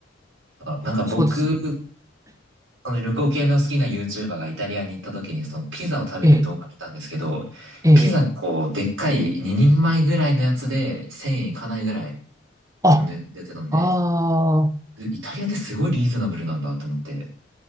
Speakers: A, on the right; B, on the right.
A: あなんか僕、
B: そうですね。
A: その旅行系の好きな YouTuber がイタリアに行った時にそのピザを食べる動画見たんですけど、
B: ええ、ええ。
A: ピザにこう、でっかい2人前ぐらいのやつで1000円いかないぐらい
B: あ、
A: の値段出てたんで、
B: あ
A: イタリアってすごいリーズナブルなんだと思って。